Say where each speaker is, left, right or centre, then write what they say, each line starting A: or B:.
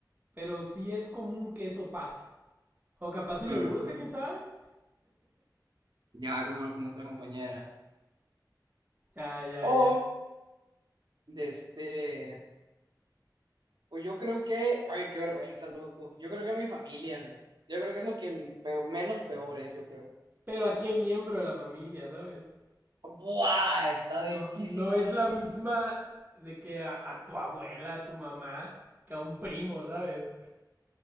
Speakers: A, on the right (about 25°); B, on the right (about 75°).
A: Pero sí es común que eso pase. O capaz si
B: Ujú,
A: le gusta, quién sabe.
B: Ya como nuestra compañera.
A: Ya, ya,
B: O,
A: ya.
B: de este, o yo creo que, ay, qué vergüenza, loco. Yo creo que mi familia, yo creo que es lo que peo- menos peor es, yo creo.
A: Pero a qué miembro de la familia, ¿sabes?
B: Buah, está densísimo,
A: No, no es
B: eh.
A: la misma de que a, a tu abuela, a tu mamá, que a un primo, ¿sabes?